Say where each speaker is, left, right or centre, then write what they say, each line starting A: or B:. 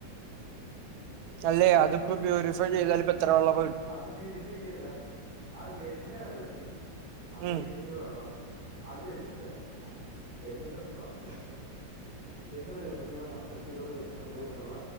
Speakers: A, on the right; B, on the right.
A: തല്ലെ അതിപ്പോ പ്യൂരിഫൈ ചെയ്താലും ഇപ്പ എത്ര വെള്ളപ
B: അത് പ്യൂരിഫൈ ചെയ്യല്ല ആഹ് വരുന്ന വെള്ളല്ലേ അന്തരീക്ഷ
A: ഉം
B: ത്തിലെ വെള്ളം അതെട്ക്ക എന്നിട്ട് അത് ക്ലാസ്സിലാക്കാ എന്നുള്ള രൂപത്തിലുള്ള കൺസെപ്റ്റുകൾ വരുന്നുണ്ട് എന്നുള്ള